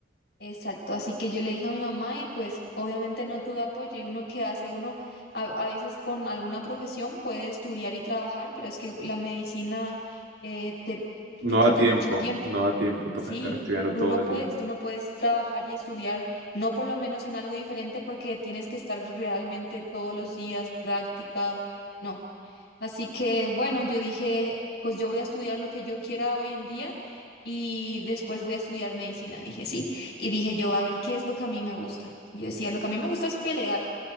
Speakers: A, on the left; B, on the right.
A: Exacto, así que yo le dije a mi mamá y pues obviamente no tuve apoyo y uno que hace, uno a, a veces con alguna profesión puede estudiar y trabajar, pero es que la medicina eh, te,
B: No
A: te quita
B: da tiempo,
A: mucho tiempo.
B: no da tiempo, toca
A: Sí,
B: estar estudiando
A: tú
B: todo
A: no
B: el
A: puedes,
B: día.
A: tú no puedes trabajar y estudiar, no por lo menos en algo diferente porque tienes que estar realmente todos los días, práctica, no. Así que bueno, yo dije, pues yo voy a estudiar lo que yo quiera hoy en día y después voy a estudiar medicina, dije sí. Y dije yo, a ver, ¿qué es lo que a mí me gusta? Y yo decía, lo que a mí me gusta es pelear.